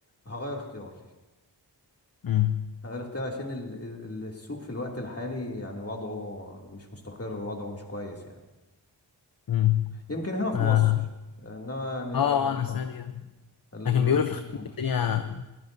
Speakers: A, on the left; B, on the left.
A: هغير اختياري
B: امم
A: هغير اختياري عشان ال- ال- السوق في الوقت الحالي يعني وضعه مش مستقر وضعه مش كويس يعني
B: امم
A: يمكن هنا في
B: اه
A: مصر انما يعني
B: آه، انا
A: اه
B: سمعت كده
A: ال-
B: لكن بيقولوا في الخليج
A: ممكن بره
B: الدنيا